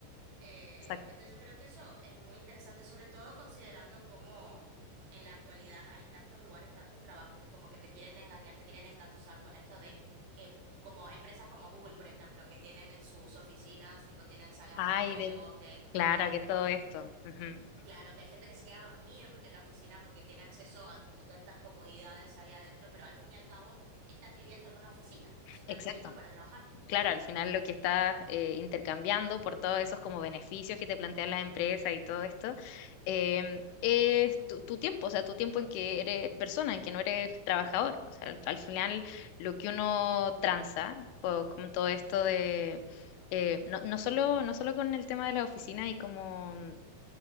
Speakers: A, on the right (about 85°); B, on the left (about 75°).
A: Eh,
B: exacto.
A: entonces yo creo que eso es muy interesante, sobre todo considerando cómo en la actualidad hay tantos lugares, tantos trabajos que como que te quieren engañar, te quieren engatusar con esto de eh, como empresas como Google, por ejemplo, que tienen en sus oficinas, tipo tienen salas
B: Ay,
A: de juegos,
B: de,
A: que esto, que
B: claro,
A: aquello.
B: que todo esto. Ujú.
A: Claro, que hay gente que se queda a dormir en la oficina porque tiene acceso a como todas estas comodidades ahí adentro, pero al fin y al cabo están viviendo en una oficina, o sea, están
B: Exacto.
A: viviendo para trabajar.
B: Claro, al final lo que estás eh, intercambiando por todos esos como beneficios que te plantean las empresas y todo esto, em, es tu, tu tiempo, o sea, tu tiempo en que eres persona, en que no eres trabajador. O sea, al, al final lo que uno tranza co- con, todo esto de... eh, no, no solo, no solo con el tema de las oficinas y como